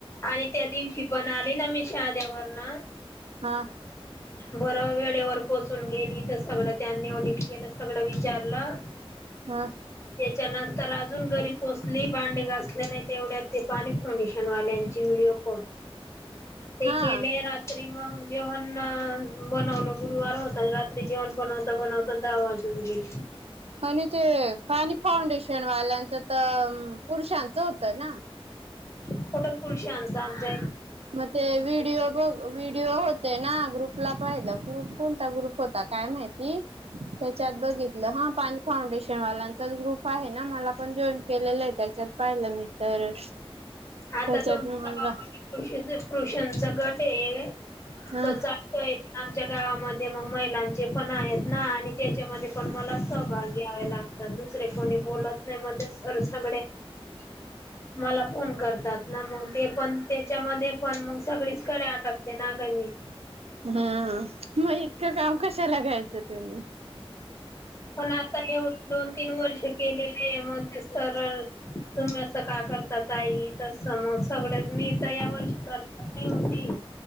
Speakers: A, on the left (about 30°); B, on the right (about 80°).
A: आणि त्या दिवशी पण आली ना मी शध्यावरणा
B: हा
A: ब वेळेवर पोचून गेली तर सगळं त्यांनी ऑडिट केलं सगळं विचारलं
B: हा
A: त्याच्यानंतर अजून घरी पोचली बांडे घासले नाही तेवढ्यात ते पाणी ऑडिशनवाल्यांची व्हिडिओ कॉल ते
B: हा
A: केले रात्री जेवण ह ब नव न गुरवार होताज रा जेवण बनवता बनवता दहा वाजून गेली
B: आणि ते फनी फाउंडेशन वाल्यांचं तर पुरुषांचं होतं ना
A: खोटं पुरुष आचा आमचा
B: मग ते व्हिडिओ बघ व्हिडिओ होते ना ग्रुपला पाहिलं ग्रुप कोणता ग्रुप होता काय माहिती त्याच्यात बघितलं ह पाणी फाउंडेशन वालांचाच ग्रुप आहे ना मला पण जॉईन केलेलं आहे त्याच्यात पाहिलं मी तर
A: हा
B: त्याच्यात
A: तर तो <unintelligible>
B: मुलगा
A: पुरुषांचा गट आहे.
B: हा
A: तर चालतोय पण आमच्या गावामध्ये मग महिलांचे पण आहेत ना आणि त्याच्यामध्ये पण मला सहभागी यावे लागत. दुसरे कोणी बोलत नाही मध्ये खच नाकडे <unintelligible> मला फोन कर तात मग ते पण त्याच्यामध्ये पण मग सगळीच कडे अटकते ना ग मी
B: हा मग इतकं काम कशाला घ्यायचं तुम्ही
A: पण आता एवढ दोन तीन वर्ष केलेले आहे. मगच तर तुम्ही असं का करतात. ताई तस म सगळ्यनी <unintelligible> मी तर या वर्षी करणार नाही होती.